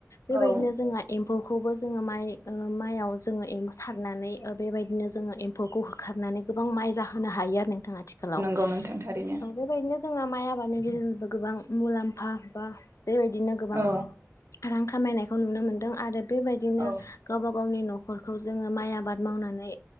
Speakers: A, on the left; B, on the right.
A: बेबायदिनो
B: औ
A: जोंङा एम्फौखौबो जों माइ ओ मायाव जोङो <unintelligible> फारनानै ओ बेबायदिनो जोङो एम्फौखौ होखारनानै गोबां माइ जाहोनो हायो आरो नोंथां आथिखालाव
B: गौ नोंथां थारैनो
A: औ बेबायदिनो जोंहा माइ आबादनि गेजेरजोंबो गोबां मुलाम्फा बा बेबायदिनो गोबां
B: औ
A: रां खामायनायखौ नुनो मोन्दों आरो बेबायदिनो
B: औ
A: गावबा गावनि न'खर जोङो माइ आबाद मावनानै